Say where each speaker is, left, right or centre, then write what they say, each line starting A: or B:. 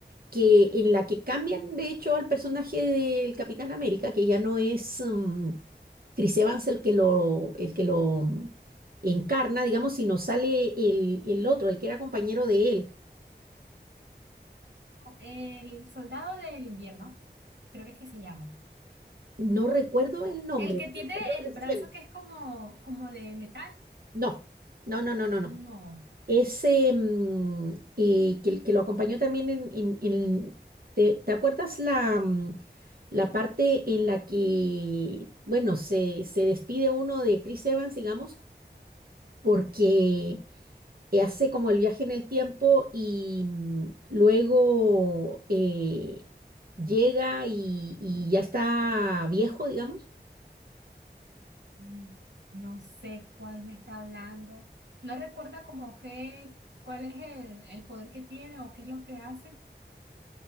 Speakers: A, on the right; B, on the right.
A: que en la que cambian, de hecho, al personaje del Capitán América, que ya no es... mm, Chris Evans el que lo, el que lo encarna, digamos, si no sale el, el otro, el que era compañero de él.
B: El soldado del invierno, creo que es que se llama.
A: No recuerdo el nombre,
B: El que tiene
A: pero salió
B: el
A: recién.
B: brazo que es como, como de metal,
A: No, no, no, no, no, no.
B: no.
A: Ese mm, eh, que, que lo acompañó también en... en- en- ¿te, te acuerdas la, mm, la parte en la que, bueno, se, se despide uno de Chris Evans, digamos, porque eh, hace como el viaje en el tiempo y mm, luego eh, llega y, y ya está viejo, digamos.
B: Mm, No sé cuál me está hablando. No recuerda como qué, cuál es el, el poder que tiene o qué es lo que hace.